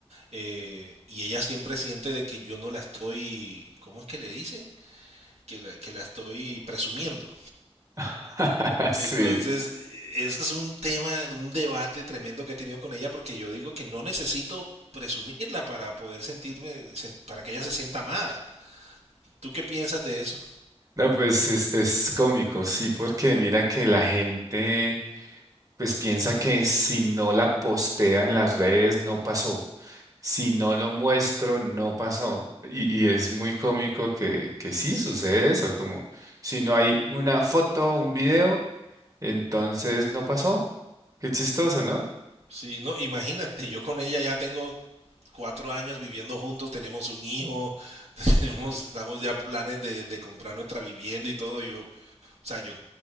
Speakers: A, on the right; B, on the right.
A: Eh, y ella siempre siente de que yo no la estoy, ¿cómo es que le dicen? Que la, que la estoy presumiendo.
B: <laughs> Sí.
A: Entonces, ese es un tema, un debate tremendo que he tenido con ella porque yo digo que no necesito presumirla para poder sentirme, sen- para que ella se sienta amada. ¿Tú qué piensas de eso?
B: No, pues es, es cómico, sí, porque mira que la gente pues piensa que si no la postea en las redes no pasó. Si no lo muestro, no pasó. Y, y es muy cómico que, que sí sucede eso, como si no hay una foto o un video, entonces no pasó. Qué chistoso, ¿no?
A: Sí, no, imagínate, yo con ella ya tengo cuatro años viviendo juntos, tenemos un hijo, <laughs> tenemos, estamos ya planes de, de comprar nuestra vivienda y todo. Yo, O sea, yo